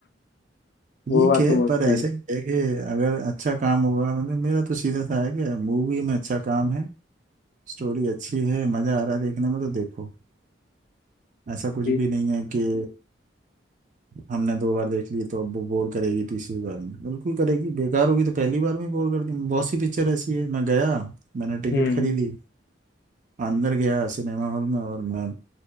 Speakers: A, on the right; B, on the left.
A: ठीक
B: वो बात
A: है
B: तो बहुत
A: पर
B: सही
A: ऐसे
B: है
A: ही है कि अगर अच्छा काम होगा मतलब मेरा तो सीधा सा है कि मूवी में अच्छा काम है स्टोरी अच्छी है मजा आ रहा है देखने में तो देखो ऐसा कुछ
B: ठीक।
A: भी नहीं है कि हमने दो बार देख ली तो अब वो बोर करेगी तीसरी बार में बिल्कुल करेगी बेकार होगी तो पहली बार में बोर कर दी बहुत सी पिक्चर ऐसी है मैं गया मैंने टिकट
B: हम्म
A: खरीदी अंदर गया सिनेमा हॉल में और मैं